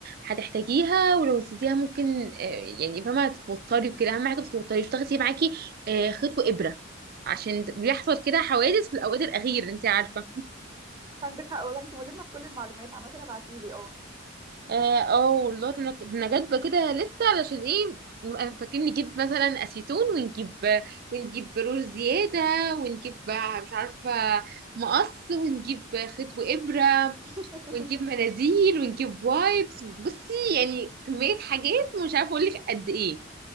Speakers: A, on the right; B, on the right.
A: هتحتاجيها ولو نسيتيها ممكن آه، يعني فاهمه تتوتري وكده اهم حاجه ما تتوتريش تاخدي معاكي آه، خيط وابره عشان بيحصل كده حوادث في الاوقات الاخيره انت عارفه
B: عندك حق والله انت ملمة بكل المعلومات عامة ابعتيلي اه
A: اه آه، والله انا انا جايبه كده لسه علشان ايه نبقى فاكرين نجيب مثلا اسيتون ونجيب ونجيب رور زياده ونجيب مش عارفه مقص ونجيب خيط وابره
B: <laughs>
A: ونجيب مناديل ونجيب وايبس بصي يعني كميه حاجات مش عارفه اقول لك قد ايه